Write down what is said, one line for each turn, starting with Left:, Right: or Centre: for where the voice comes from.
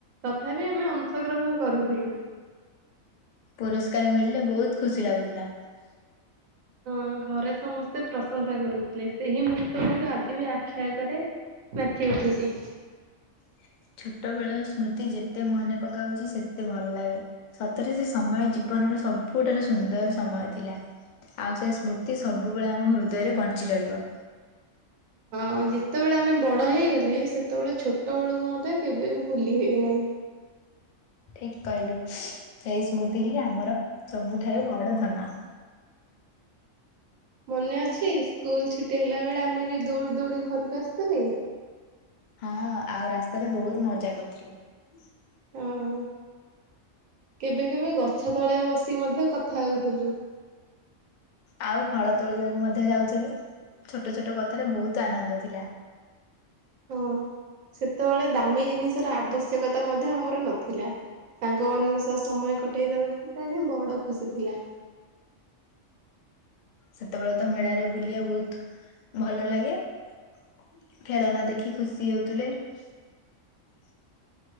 Right: ତଥାବି ଆମେ ଅଂଶଗ୍ରହଣ କରୁଥିଲୁ।
Left: ପୁରସ୍କାର ମିଳିଲେ ବହୁତ୍ ଖୁସି ଲାଗୁଥିଲା।
Right: ଆଉ ଘରେ ସମସ୍ତେ ପ୍ରଶଂସା କରୁଥିଲେ ସେହି ମୁହୂର୍ତ୍ତ ଗୁଡ଼ିକ ଆଜି ବି ଆଖି ଆଗରେ ନାଚି ଉଠୁଚି।
Left: <inaudible> ଛୋଟ ବେଳର ସ୍ମୃତି ଯେତେ ମନେ ପକାଉଛି ସେତେ ଭଲ ଲାଗେ ସତରେ ସେ ସମୟ ଜୀବନର ସବୁଠାରୁ ସୁନ୍ଦର ସମୟ ଥିଲା । ଆଉ ସେ ସ୍ମୃତି ସବୁବେଳେ ଆମ ହୃଦୟରେ ବଞ୍ଚି ରହିବ।
Right: ହଁ ଯେତେବେଳେ ଆମେ ବଡ ହେଇଗଲେ ସେତେବେଳେ ଛୋଟ ବେଳକୁ ମଧ୍ୟ କେବେ ବି ଭୁଲି ହେଇନାହିଁ।
Left: ଠିକ କହିଲୁ ସେଇ ସ୍ମୃତି ହିଁ ଆମର ସବୁଠାରୁ ବଡ ଧନ ।
Right: ମନେ ଅଛି ସ୍କୁଲ ଛୁଟି ହେଲା ବେଳେ ଆମେ ଯୋଉ ଦୌଡି ଦୌଡି ଘରକୁ ଆସୁଥିଲେ ।
Left: ହଁ ଆଉ ରାସ୍ତାରେ ବହୁତ ମଜା କରୁଥିଲେ ।
Right: ହଁ କେବେ କେବେ ଗଛ ତଳେ ବସି ମଧ୍ୟ କଥା ହେଉଥୁଲୁ।
Left: ଆଉ ଫଳ ତୋଳିବାକୁ ମଧ୍ୟ ଯାଉଥୁଲୁ। ଛୋଟ ଛୋଟ କଥାରେ ବହୁତ ଆନନ୍ଦ ଥିଲା।
Right: ହଁ ସେତେବେଳେ ଦାମୀ ଜିନିଷର ଆବଶ୍ୟକତା ମଧ୍ୟ ଆମର ନଥିଲା । ସାଙ୍ଗମାନାନଙ୍କ ସହ ସମୟ କଟେଇ ଦେବାକୁ ତା ହିଁ ବଡ ଖୁସି ଥିଲା ।
Left: ସେତେବେଳେ ତ ମେଳାରେ ବୁଲିବା ବହୁତ ଭଲ ଲାଗେ । ଖେଳନା ଦେଖି ଖୁସି ହେଉଥିଲେ ।